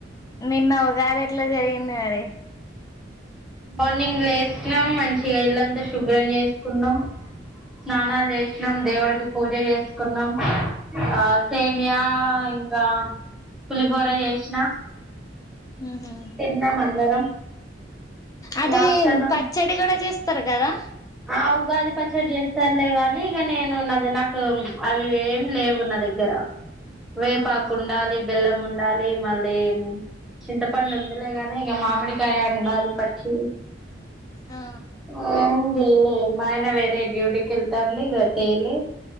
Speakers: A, on the left; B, in the centre.
A: నిన్న ఉగాది ఎట్ల జరిగింది మరి
B: మార్నింగ్ లేసిన్నాం మంచిగా ఇల్లంతా శుభ్రం చేసుకున్నాం. స్నానాలు చేసినాం. దేవుడికి పూజ చేసుకున్నాం. ఆ సేమ్యా ఇంక్ కా పులిహోర చేసిన
A: ఉహు
B: తిన్నాం అందరం
A: అది
B: ఇగ ఆఫ్టర్నూన్
A: పచ్చడి కూడా చేస్తరు కదా
B: ఆ ఉగాది పచ్చరి చేస్తారులే గాని ఇక నేను నాది నాకు అవి ఏమి లేవు నా దగ్గర వేపాకు
A: ఆహా
B: ఉండాలి బెల్లం ఉండాలి మళ్ళీ చింతపండు ఉందిలేగాని ఇక మామిడికాయ ఉండాలి పచ్చి
A: ఆ
B: ఆ నేనే మా ఆయన వేరే డ్యూటీకి వెళ్తాడు ఇగ తేలే